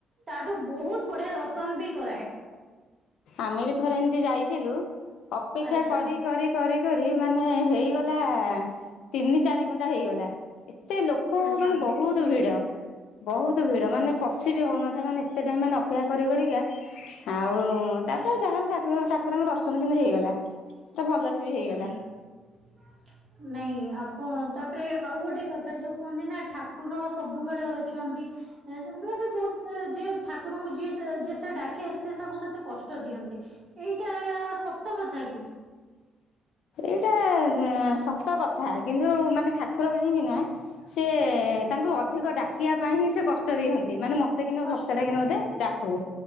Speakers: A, on the right; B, on the left.
A: ତାଠୁ ବହୁତ ବଢିଆ ଦର୍ଶନ ବି କରାଏ।
B: ଆମେ ବି ଥରେ ଏମିତି ଯାଇଥିଲୁ ଅପେକ୍ଷା
A: ଆଚ୍ଛା
B: କରି କରି କରି କରି ମାନେ ହେଇଗଲା ତିନି ଚାରି ଘଣ୍ଟା ହେଇଗଲା ତ ଏତେ ଲୋକ
A: ଆଚ୍ଛା
B: ମାନେ ବହୁତ ଭିଡ। ବହୁତ ଭିଡ ମାନେ ପଶି ବି ହଉନଥାଏ ମାନେ ଏତେ ଟାଇମ ମାନେ ଅପେକ୍ଷା କରି କରିକା ଆଉ ତାପରେ ଯାହାହେଲେ ଠାକୁର ଠାକୁରଙ୍କ ଦର୍ଶନ କିନ୍ତୁ ହେଇଗଲା ପୁରା ଭଲ ସେ ବି ହେଇଗଲା
A: ହୁଁ ନାଇଁ ଆ ତାପରେ ଆଉ ଗୋଟେ କଥା ଯୋଉ କୁହନ୍ତି ନା ଠାକୁର ସବୁବେଳେ ଅଛନ୍ତି। ମୁଁ ବି ବହୁତ ଯେ ଠାକୁରଙ୍କୁ ଯିଏ ଯେତେ ଡାକେ ସେ ତାକୁ ସେତେ କଷ୍ଟ ଦିଅନ୍ତି। ଏଇଟା ସତ କଥା କି?
B: ଏଇଟା ସତ କଥା କିନ୍ତୁ ମାନେ ଠାକୁର କାହିଁକି ନା ସେ ତାଙ୍କୁ ଅଧିକ ଡାକିବା ପାଇଁ ହିଁ ସେ କଷ୍ଟ ଦିଅନ୍ତି ମାନେ ମତେ କି
A: କଷ୍ଟ
B: ଭକ୍ତଟା କିନ୍ତି ବୋଧେ ଡାକ୍ କୁ।